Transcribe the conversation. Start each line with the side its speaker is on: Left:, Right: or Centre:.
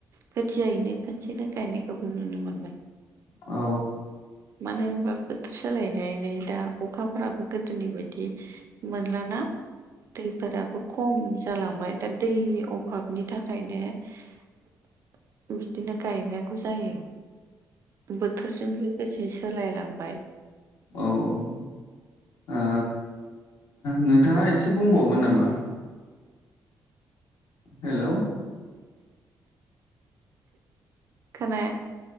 Right: खोथियायैनो खनसेनो गायनायखौबो नुनो मोनबाय।
Left: औ
Right: मानो होनबा बोथोर सोलायनानै दा अखाफोराबो गोदोनि बायदि बिदि मोनलाना दैफोराबो खम जालांबाय दा दै अभाबनि थाखाय ओंखायनो बिदिनो गायनांगौ जायो। बोथोरजों लोगोसे सोलायलांबाय।
Left: औ-औ ओ नोंथाङा एसे बुंबावगोन नामा? हेल'
Right: खोनाया?